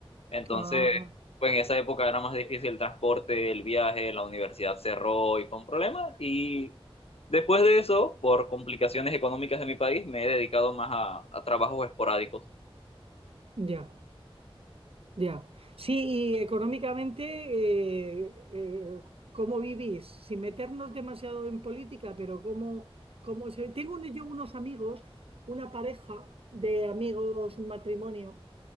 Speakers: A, on the left; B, on the right.
A: Entonces,
B: Ah,
A: pues en esa época era más difícil el transporte, el viaje, la universidad cerró y fue un problema. Y después de eso, por complicaciones económicas de mi país, me he dedicado más a a trabajos esporádicos.
B: ya, ya. Sí, y económicamente, eh, eh, ¿cómo vivís? Sin meternos demasiado en política, pero ¿cómo, cómo se... Tengo yo unos amigos, una pareja de amigos, un matrimonio.